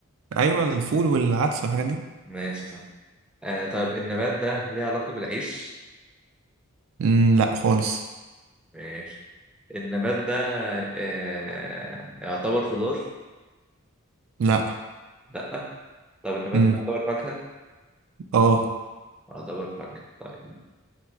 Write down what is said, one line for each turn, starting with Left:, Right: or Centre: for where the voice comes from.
Right: ايوه الفول والعدس والحاجات دي
Centre: ماشي صح آه طيب النبات ده ليه علاقة بالعيش؟
Right: مم، لا خالص
Centre: ماشي النبات ده آه يعتبر خضار؟
Right: لا
Centre: لا طب النبات
Right: مم،
Centre: ده يعتبر فاكهة
Right: اه
Centre: يعتبر فاكهة طيب